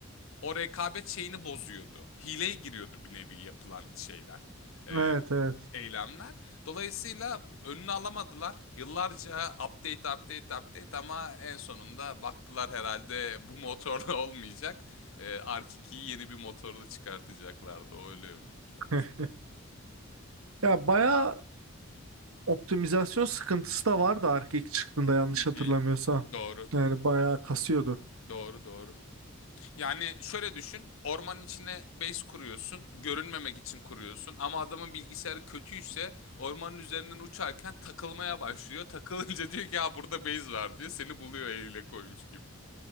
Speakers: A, on the left (about 70°); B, on the right (about 80°).
A: o rekabet şeyini bozuyordu. Hileye giriyordu bir nevi yapılan şeyler. E,
B: Evet evet.
A: eylemler. Dolayısıyla önünü alamadılar. Yıllarca update update update ama en sonunda baktılar herhalde bu motorla <laughs> olmayacak. Ee, Ark 2'yi yeni bir motorla çıkartacaklardı. O öyle ünlü hikayesi.
B: <laughs> Ya bayağı optimizasyon sıkıntısı da vardı Ark ilk çıktığında yanlış
A: Hı
B: hatırlamıyorsam.
A: hı. Doğru.
B: Yani bayağı kasıyordu.
A: Doğru doğru. Yani şöyle düşün. Ormanın içine base kuruyorsun. Görünmemek için kuruyorsun. Ama adamın bilgisayarı kötüyse ormanın üzerinden uçarken takılmaya başlıyor. Takılınca diyor ki ya burada base var diyor. Seni buluyor eliyle koymuş gibi.